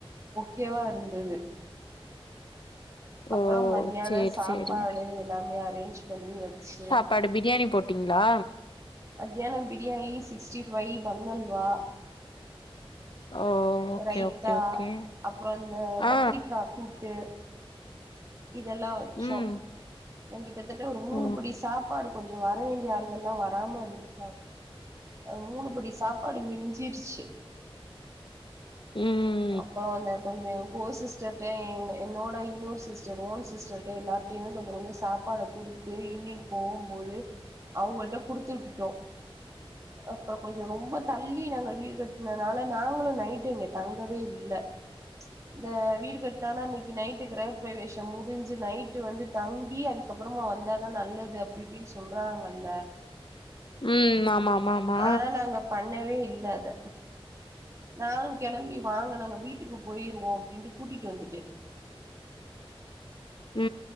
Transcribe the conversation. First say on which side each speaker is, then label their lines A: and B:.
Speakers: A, on the right; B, on the left.
A: கேவா இருந்துது அப்றோ
B: ஓ
A: மத்தியான
B: சேரி
A: சாப்பாடு
B: சேரி
A: எல்லாமே அரேஞ்ச் பண்ணி வச்சு
B: படு பிரியாணி போட் டிங்ளா
A: மத்யானோ பிரியாணி சிக்ஸ்ட்டி ஃபைவ் பண் அல்வா
B: ஓ ஓகே
A: ரைத்தா
B: ஓகே ஓகே
A: அப்றோ இந்த
B: ஆ
A: கத்திரிக்கா கூட்டு இதெல்லா வச்சோ
B: ம்
A: ந கிட்டத்தட்ட ஒரு மூணு
B: ஓ
A: படி சாப்பாடு கொஞ்சோ வர வேண்டிய ஆளுங்கள்ளா வராம இருந்துட்டாங்க அ மூணுபடி சாப்பாடு மிஞ்சிடுச்சு
B: ம்
A: அப்பற அந்த கொஞ்ச எ கோ சிஸ்டர்ட்ட என் என்னோட இன்னொரு சிஸ் டர் ஓன் சிஸ்டர்ட்ட எல்லார்டையுமே கொஞ்ச கொஞ்ச சாப்பாட குடுத்து ஈவ்னிங் போகும் போது அவ்ங்கட்ட குடுத்து விட்டுட்டோ அப்பற கொஞ்ச ரொம்ப தள்ளி நாங்க வீடு கட்னனால நாங்களு நைட்டு இங்க தங் கவே இல்ல இந்த வீடு கட்னானா இன்னைக்கு நைட்டு கிரகப்பிரவேஷம் முடிஞ்சு நைட்டு வந்து தங்கி அதுக்கப்பறமா வந்தாதா நல்லது அப்டி இப்டின் சொல்றாங்கல்ல
B: ம் ஆமாம்மாம்மா
A: ஆனா நாங்க பண்ணவே இல்ல அத நானு கெளம்பி வாங்க நம்ம வீட்டுக்கு போயிருவோ அப்டின்ட்டு கூட்டிட்டு வந்துட்டே
B: ம்